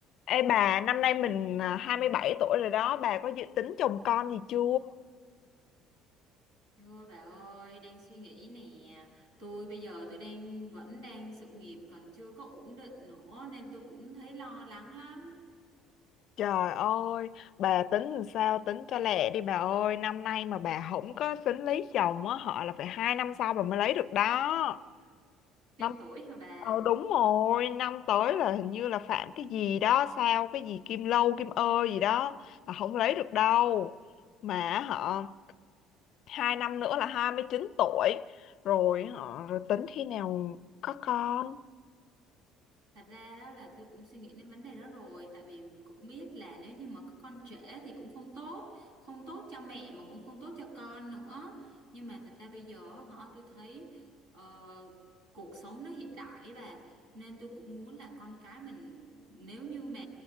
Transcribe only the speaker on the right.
Thôi bà ơi, đang suy nghĩ nè. Tôi bây giờ tôi đang vẫn đang sự nghiệp còn chưa có ổn định nữa nên tôi cũng thấy lo lắng lắm.
Thêm
tuổi hả bà?
Thật ra đó là tôi cũng suy nghĩ đến vấn đề đó rồi tại vì cũng biết là nếu như mà có con trễ thì cũng không tốt không tốt cho mẹ mà cũng không tốt cho con nữa nhưng mà thật ra bây giờ họ tôi thấy ờ, cuộc sống nó hiện đại ấy bà nên tôi cũng muốn là con cái mình nếu như mà